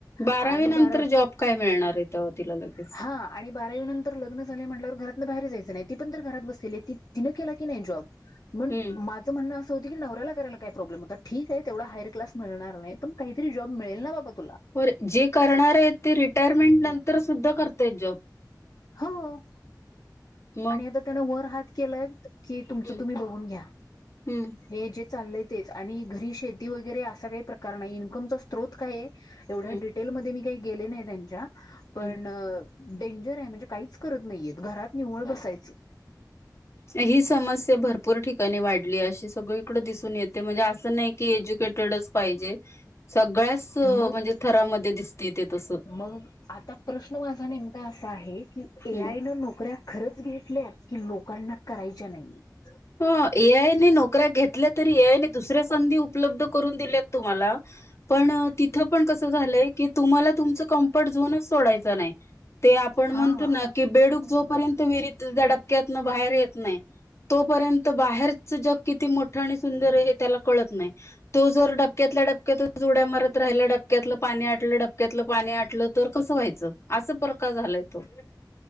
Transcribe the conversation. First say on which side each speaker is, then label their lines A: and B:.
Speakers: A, on the left; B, on the left.
A: बारावी
B: आणि
A: नंतर
B: बारा
A: जॉब काय मिळणार आहे तवा तिला लगेच.
B: हा आणि बारावी नंतर लग्न झालय म्हटल्यावर घरातनं बाहेर जायचं नाही ती पण तर घरात बसलेली त तिनं केला की नाही जॉब. मं
A: हम्म
B: माझं म्हणणं असं होत की नवऱ्याला करायला काय प्रॉब्लेम होता ठीक आहे तेवढा हायर क्लास मिळणार नाय पण काहीतरी जॉब मिळेल ना बाबा तुला
A: पर जे करणार आहेत ते रिटायरमेंट नंतर सुद्धा करतायत जॉब.
B: हो
A: मग
B: आणि आता त्यानं वर हात केलाय कि तुमच
A: हम्म
B: तुम्ही बघून घ्या
A: हम्म
B: हे जे चाल्लय तेच आणि घरी शेती वगैरे असा काही प्रकार नाई इन्कमचा स्त्रोत काय ये एवढ्या
A: हम्म
B: डिटेलमध्ये मी काही गेले नाई त्यांच्या पण
A: हम्म
B: डेंजर हाय म्हणजे काहीच करत नाहीयेत घरात निव्वळ बसायचं.
A: ही समस्या भरपूर ठिकाणी वाढलीए अशी सगळीकडे दिसून येते म्हणजे असं नाई की एज्यु केटेडच पाहिजे. असं
B: मग
A: म्हणजे थरामध्ये दिसते ते तस.
B: मग आता प्रश्न माझा नेमका असा आहे की? ए
A: हम्म.
B: आय नं नोकऱ्या खरंच घेतल्यात? कि लोकांना करायच्या नाइयेत.
A: ह ए आय ने नोकऱ्या घेतल्या तरी ए आय ने दुसऱ्या संधी उपलब्ध करून दिल्यात तुम्हाला पण तिथं पण कस झालंय की तुम्हाला तुमचं कम्फर्ट झोनच सोडायचं नाय. ते आपण
B: हा
A: म्हणतो ना की बेडूक जोपर्यंत विहिरीत डपक्यातन बाहेर येत नाही तोपर्यंत बाहेरचं जग किती मोठं आणि सुंदर ये हे त्याला कळत नाय तो जर डबक्यातल्या डबक्या क्यातच उड्या मारत राहिला डबक्यातलं पाणी आटलं डपक्यातलं पाणी आटलं तर कसं व्हायचं अस प्रकार झालाय तो.